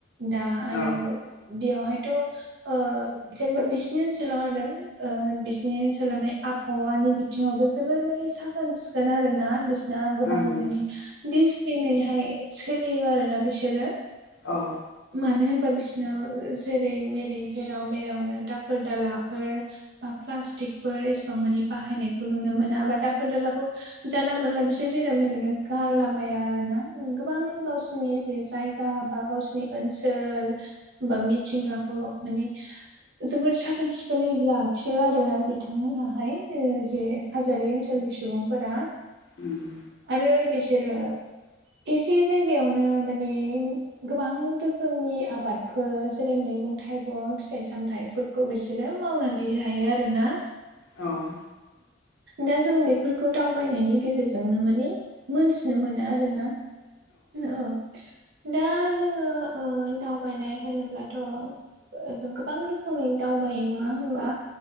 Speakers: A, on the right; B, on the left.
A: दा आरो
B: औ
A: बेयावहायथ' ओ जेनेबा बिसिनि ओनसोलाव आरो बिसिनि ओनसोलाव माने आबहावानि बिथिं सिावबो जोबोर माने साखोन सिखोन आरो ना बिसना गोबां
B: नंगौ
A: माने दिजप्लिनैहाय सोलियो आरो ना बिसोरो
B: औ
A: मानो होनबा बिसोरनाव जेरै मेरै जेराव मेरावनो दाखोर दालाफोर बा प्लास्टिकफोर एसेबां मानि बाहायनायखौ नुनो मोना दा गोदलाखौ। जानला मोनला बिसोर जेराव मेरामनो गारलाबाया आर ना गोबां गावसोरनि जे जायगा बा गावसिनि ओनसोल बा मिथिंगाखौ माने जोबोद साखोन सिखोनै लाखियो आरोना बिथांमोनहाय। जे हाजारि ओनसोलनि सुबुंफोरा
B: नंगौ
A: आरो बिसोरो एसे जायगायावनो माने गोबां रोखोमनि आबादफोर जेरै मैगं थाइगं फिथाइ सामथाइ खौ बिसोरो मावनानै जायो आरोना।
B: औ।
A: दा जों बेफोर दाव बायनायनि गेजेरजोंनो माने मोनथिनो मोनो आरो ना। औ। दा जोङो दावबायनाय होनोब्लाथ' जों गोबां रोखोम खोमै दावबायो नङा होमबा?